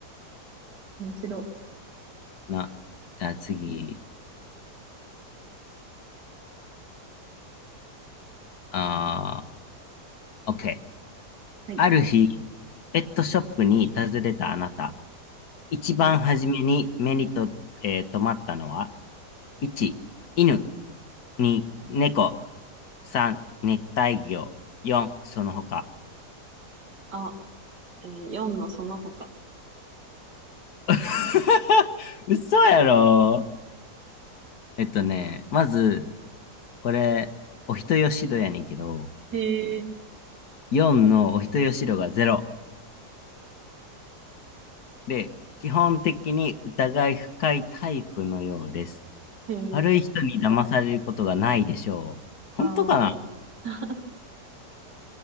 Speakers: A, on the right; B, on the left.
A: 面白い。
B: ん。な、じゃあ次。ああ、OK。
A: はい。
B: ある日、ペットショップに訪れたあなた。一番初めに目にと、
A: はい。
B: えー、留まったのは、1、犬、2、猫、3、熱帯魚、4、その他。
A: あ、えー、4のその他。
B: <laughs> 嘘やろえっとね、まず、これ、お人よしどやねんけど、
A: へえ、
B: 4のお人よしろが0で、基本的に疑い深いタイプのようです。
A: へえ、
B: 悪い人に騙されることがないでしょう。本当かな
A: ああ。<laughs>